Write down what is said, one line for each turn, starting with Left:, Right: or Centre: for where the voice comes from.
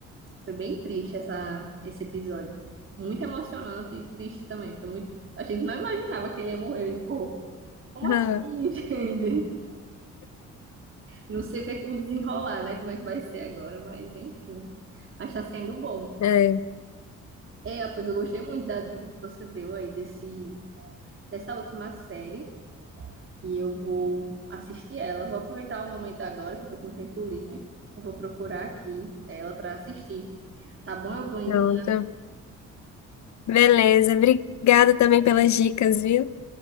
Right: Foi bem triste essa, esse episódio. Muito emocionante e triste também. Foi muito. A gente não imaginava que ele ia morrer. A gente ficou, como assim,
Left: Ah,
Right: <laughs> gente? Não sei o que é que- o desenrolar, né? Como é que vai ser agora, mas enfim. Mas tá sendo bom.
Left: é,
Right: É, pois eu gostei muito da dica que você deu aí desse, dessa última série. E eu vou assistir ela. Vou aproveitar o momento agora que eu tô com tempo livre. Vou procurar aqui ela pra assistir. Tá bom? Eu vou indo.
Left: pronto. Beleza, obrigada também pelas dicas, viu?